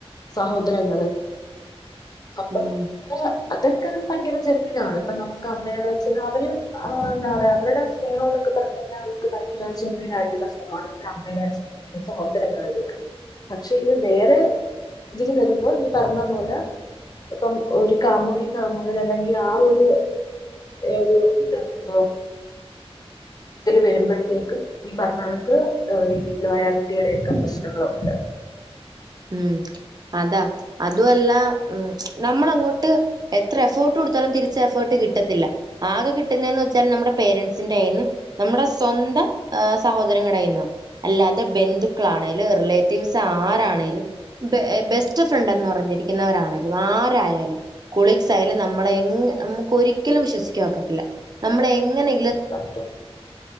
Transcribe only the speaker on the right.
ഉം
ഉം അതാ അതു അല്ല നമ്മൾ അങ്ങോട്ട് എത്ര എഫേർട്ട് കൊടുത്താലും തിരിച്ച എഫേർട്ട് കിട്ടത്തില്ല ആകെ കിട്ടുന്നന്ന് വെച്ചാല് നമ്മുടെ പേരൻ എന്റെ നമ്മുടെ സ്വന്തം സഹോദരങ്ങടെ കയ്യിന്നോ അല്ലാതെ ബന്ധുക്കളാണെലും റിലേറ്റീവ്സ് ആണെലും ആരാണേലും ബെസ്റ്റ് ഫ്രണ്ട്ന്ന് പറഞ്ഞിരിക്കുന്നവരാണെലും ആരായാലും കൊളീഗ്സ് ആയാലും നമ്മളെ നമക്ക് ഒരിക്കലും വിശ്വസിക്കനൊക്കത്തില്ല നമ്മളെ എങ്ങനെ